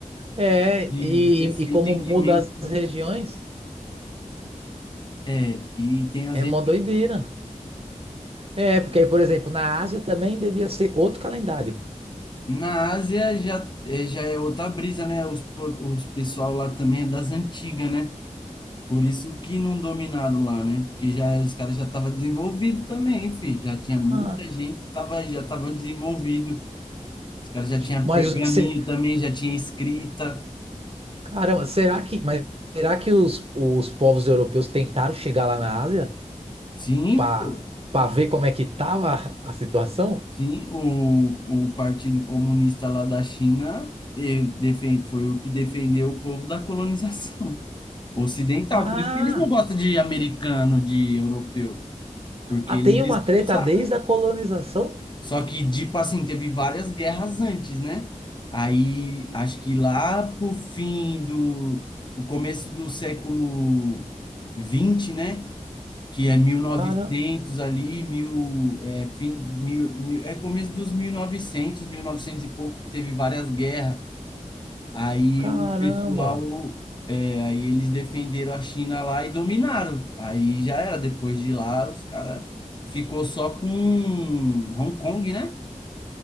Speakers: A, on the right; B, on the left.
A: É,
B: de
A: e,
B: desse
A: e como
B: entendimento.
A: muda as regiões,
B: É, e tem as
A: é
B: regiões.
A: mó doideira. É, porque aí, por exemplo, na Ásia também devia ser outro calendário.
B: Na Ásia já é, já é outra brisa, né? Os, po- os pessoal lá também é das antigas, né? Por isso que não dominaram lá, né? Porque já os caras já estavam desenvolvidos também, filho. Já tinha muita
A: Ah,
B: gente, tava, já estava desenvolvido. Os caras já
A: j-
B: tinham
A: mas,
B: pergaminho
A: se-
B: também, já tinha escrita.
A: caramba, será que, mas será que os, os povos europeus tentaram chegar lá na Ásia
B: Sim,
A: para
B: pô.
A: para ver como é que tava a a situação?
B: Sim, o, o Partido Comunista lá da China eh, defen- foi o que defendeu o povo da colonização <laughs> ocidental.
A: Ah,
B: Por isso que eles não gostam de americano, de europeu, porque
A: ah,
B: eles
A: tem
B: expulsaram.
A: uma treta desde a colonização?
B: Só que, tipo assim, teve várias guerras antes, né? Aí, acho que lá pro fim do... pro começo do século 20, né? Que é mil e novecentos
A: Caramba.
B: ali, mil, é, fim, mil, mil, é começo dos 1900, novecentos e pouco, que teve várias guerras. Aí
A: Caramba!
B: o pessoal... É, aí eles defenderam a China lá e dominaram. Aí já era, depois de lá, os caras ficou só com Hong Kong, né?